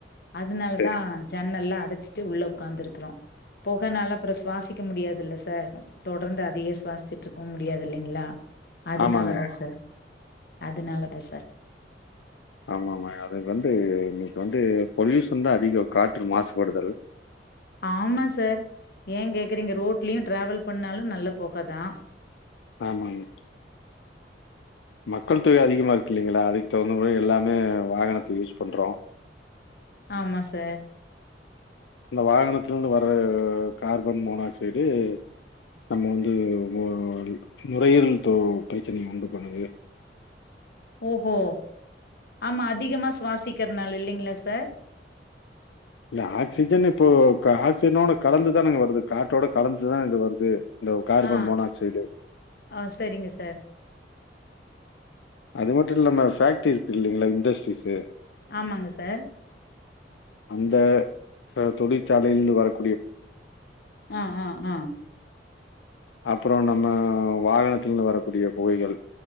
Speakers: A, on the left; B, on the left.
A: அதனாலதா
B: சரி
A: ஜன்னல்லா அடச்சிட்டு உள்ள உக்காந்துருக்கிறோ பொகனால அப்றோ சுவாசிக்க முடியாதுல்ல சார் தொடர்ந்து அதையே சுவாசிச்சிட்ருக்கவு முடியாது இல்லைங்ளா அதுனாலதா
B: ஆமாங்க
A: சார் அதுனாலதா சார்
B: ஆமாமா அது வந்து இன்னைக்கு வந்து பொல்யூஷன் தா அதிகோ காற்று மாசுபடுதல்
A: ஆமா சார் ஏன் கேக்றீங்க ரோட்லயு டிராவல் பண்ணாலு நல்ல பொகதா
B: ஆமாங் மக்கள் தொகை அதிகமாருக்கு இல்லைங்களா அதுக்கு தகுந்தமாறி எல்லாமே வாகனத்த யூஸ் பண்றோ
A: ஆமா சார்
B: இந்த வாகனத்திலருந்து வர கார்பன் மோனாக்சைடு நம்ம வந்து நு நுரையீரல் பு பிரச்சனைய உண்டு பண்ணுது
A: ஓஹோ ஆமா அதிகமா சுவாசிக்கிறனாள இல்லைங்ளா சார்
B: இல்ல ஆக்சிஜன் இப்போ ஆக்சிஜனோட கலந்துதானங்க வருது காற்றோட கலந்துதா இது வருது இந்த கார்பன்
A: ஆ,
B: மோனாக்சைடு
A: ஆ செரிங்க சார்
B: அது மட்டு இல்லாம ஃபேக்டரி இருக்கு இல்லலைங்களா இண்டஸ்ட்ரீஸு
A: ஆமாங்க சார்
B: அந்த அ தொழிற்சாலையிலிருந்து வரக்
A: ஆ ஆ ஆ
B: அப்புறொ நம்ம வாகனத்திலிருந்து வரக்கூடிய புகைகள்